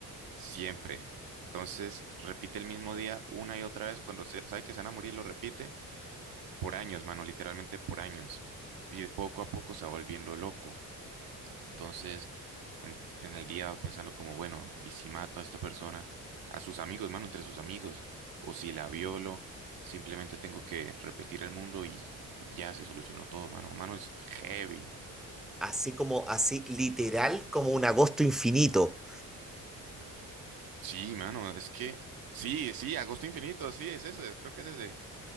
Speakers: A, on the right; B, in the centre.
A: siempre. Entonces repite el mismo día una y otra vez. Cuando se- sabe que se van a morir, lo repite por años, mano, literalmente por años. Y poco a poco se va volviendo loco. Entonces, en, en el día pensando como, bueno, ¿y si mato a esta persona, a sus amigos, mano, entre sus amigos? O si la violo, simplemente tengo que repetir el mundo y, y ya se solucionó todo, mano. Mano, es heavy.
B: Así como, así literal, como un agosto infinito,
A: Sí, mano, es que, sí, sí, Agosto Infinito, sí, es ese, creo que es ese.